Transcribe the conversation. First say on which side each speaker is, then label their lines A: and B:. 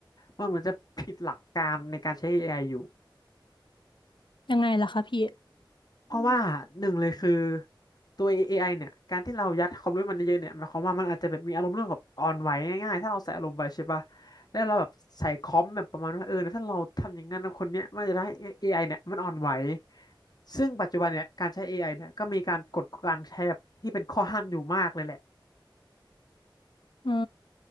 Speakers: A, on the left; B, on the left.
A: มันเหมือนจะผิดหลักการในการใช้ AI อไออยู่
B: ยังไงล่ะคะพี่
A: เพราะว่าหนึ่งเลยคือ
B: อืม
A: ตัว AI เนี่ยการที่เรายัดความรู้มันเยอะๆเนี่ยหมายความว่ามันอาจจะแบบมีอารมณ์เรื่องแบบออนไหวง่ายๆถ้าเราใส่อารมณ์ไปใช่ปะแล้วเราแบบใส่คอมแบบประมาณว่าเออถ้าเราทำอย่างนั้นนะคนเนี้ยมันจะทำให้ AI เนี่ยมันออนไหวซึ่งปัจจุบันเนี่ยการใช้ AI เนี่ยก็มีการกฎการใช้แบบที่เป็นข้อห้ามอยู่มากเลยแหละ
B: เออ